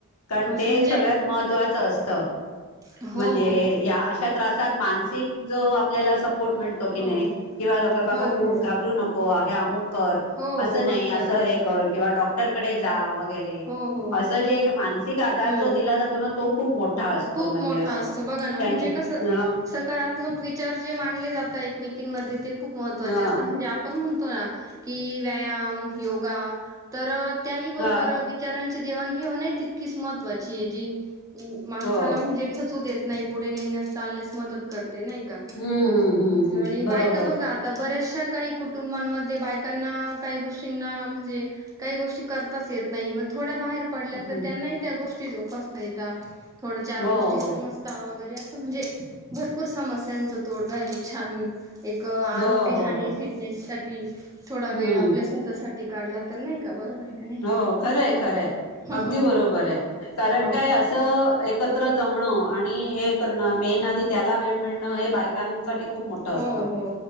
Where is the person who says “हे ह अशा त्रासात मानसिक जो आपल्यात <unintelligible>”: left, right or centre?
Left